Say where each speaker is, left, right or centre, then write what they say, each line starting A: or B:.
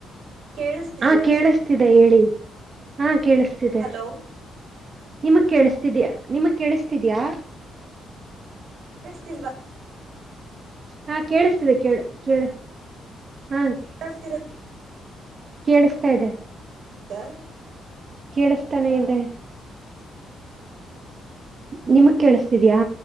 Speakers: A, on the right; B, on the right.
A: ಕೇಳಿಸ್ತಿದ್ಯಾ
B: ಹಾ ಕೇಳಿಸ್ತಿದೆ ಹೇಳಿ ಹಾ ಕೇಳಿಸ್ತಿದೆ.
A: ಹಲೋ
B: ನಿಮಗ್ ಕೇಳಿಸತಿದ್ಯ್ ನಿಮಗ್ ಕೇಳಸ್ತಿದ್ಯಾ.
A: ಳಿಸ್ತಿಲ್ವಾ
B: ಹಾ ಕೇಳಿಸ್ತಿದೆ ಕೇಳ್ ಕೇಳ ಹಾಗ್
A: ಮಾತಾಡ್ತಿರೋದ್
B: ಕೇಳಿಸ್ತಾ ಇದೆ.
A: ಲ್ಲ
B: ಕೇಳಿಸ್ತಾನೆ ಇದೆ. ನಿಮಗ್ ಕೇಳಿಸ್ತಿದ್ಯಾ.